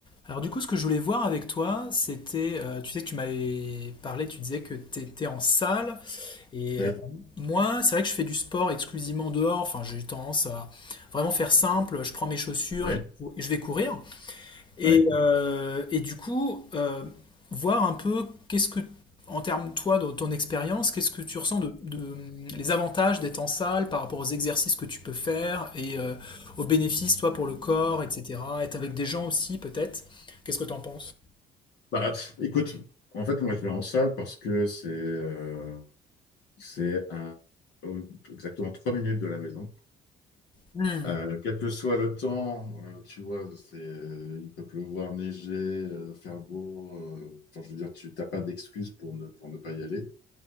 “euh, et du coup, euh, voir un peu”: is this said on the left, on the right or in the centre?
Left